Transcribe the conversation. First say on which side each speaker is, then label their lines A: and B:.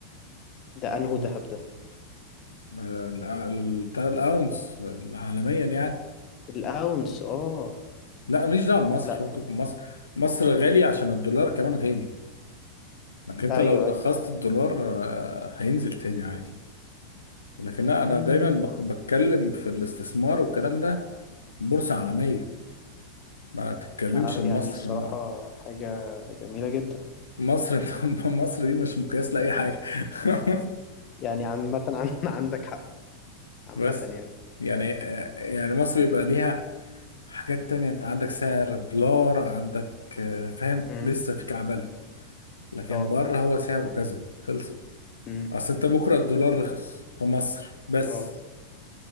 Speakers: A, on the left; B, on the left.
A: ده انهو ذهب ده؟
B: آه، الأ- الأ- الاونس آه، عالميا يعني
A: الاونس اه
B: لا ماليش دعوه بمصر
A: لا
B: فكك من مصر مصر غالي عشان الدولار كمان غالي لكن انت
A: ايوه
B: لو رخصت الدولار آه، هينزل تاني عادي لكن لا انا
A: ايوه
B: دايما بك- بتكلم في الاستثمار والكلام ده بورصه عالميه ما تتكلمش
A: آه، يعني
B: بمصر
A: الصراحة
B: ما
A: حاجة جميلة جدا
B: مصر <laughs> مصر دي مش مقياس لاي حاجه <laughs>
A: يعني عامة عن <laughs> عندك حق عامة
B: بس
A: يعني
B: يعني آه، يعني مصر بيبقى ليها حاجات تانية انت عندك سعر دولار عندك آه، فاهم
A: امم
B: لسه في كعبله لكن
A: اه
B: بره هو سعره كذا خلص
A: امم
B: اصل انت بكره الدولار رخص في مصر بس
A: اه